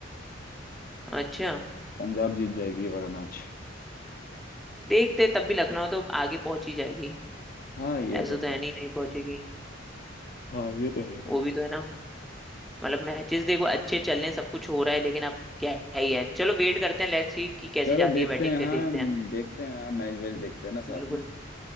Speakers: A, in the centre; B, on the left.
A: अच्छा
B: पंजाब जीत जाएगी ये वाला मैच
A: देखते तब भी लखनऊ तो आगे पहुंच ही जाएगी
B: हाँ ये
A: ऐसा
B: तो
A: तो
B: है
A: है नहीं नहीं पहुंचेगी
B: हाँ ये तो है भाई
A: वो भी तो है ना मतलब मैचेस देखो अच्छे चल रहे हैं सब कुछ हो रहा है लेकिन अब क्या ही है चलो वेट करते हैं लेट्स सी कि कैसी
B: चलो
A: जाती
B: देखते
A: है बैटिंग
B: हैं
A: फिर
B: हाँ
A: देखते
B: हम
A: हैं
B: देखते हैं हाँ मैच वैच देखते हैं ना
A: बिल्कुल
B: साथ में